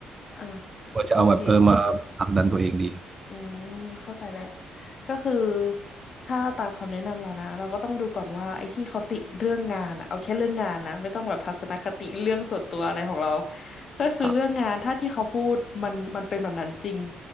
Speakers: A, on the left; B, on the right.
A: อ่ะ
B: ควรจะเอาแบบเออมาผลักดันตัวเองดี
A: โอเค อืมเข้าใจแล้วก็คือถ้าตามคำแนะนำเรานะเราก็ต้องดูก่อนว่าไอ้ที่เขาติเรื่องงานอะเอาแค่เรื่องงานนะไม่ต้องแบบทัศนคติเรื่องส่วนตัวอะไรของเราก็คือเรื่องงานถ้าที่เขาพูดมันมันเป็นแบบนั้นจริง
B: ครับ